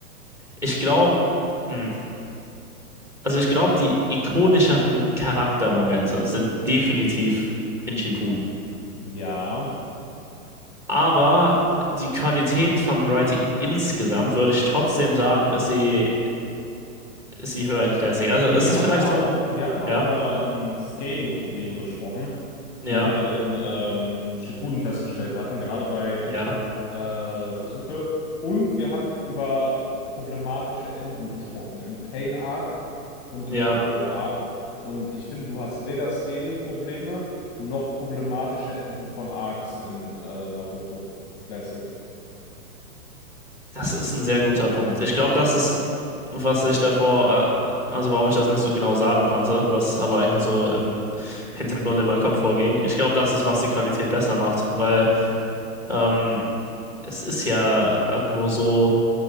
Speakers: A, in the centre; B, on the left (about 25°).
A: Ich glaube, hm, also ich glaube, die ikonischeren Charaktermomente sind definitiv in Shippuden.
B: Ja,
A: Aber die Qualität vom Writing insgesamt, würde ich trotzdem sagen, ist sie, ist sie höher in Classic. Also
B: weil
A: ist
B: wir
A: es ist
B: hatten
A: vielleicht
B: auch,
A: so ein,
B: wir hatten auch
A: ja,
B: über ähm, Scaling-Probleme gesprochen,
A: ja,
B: die wir in ähm, Shippuden festgestellt hatten, gerade bei
A: ja,
B: äh, Sasuke. Und wir hatten über problematische Enden gesprochen, im Pain Arc und im
A: ja.
B: Ninja War Arc. Und ich finde, du hast weder Scaling-Probleme noch problematische Enden von Arcs in äh, Naruto Classic.
A: Das ist ein sehr guter Punkt. Ich glaube, das ist was ich davor, äh, also warum ich das nicht so genau sagen konnte, was aber eigentlich so im Hintergrund in meinem Kopf vorging. Ich glaube, das ist, was die Qualität besser macht, weil ähm, es ist ja irgendwo so,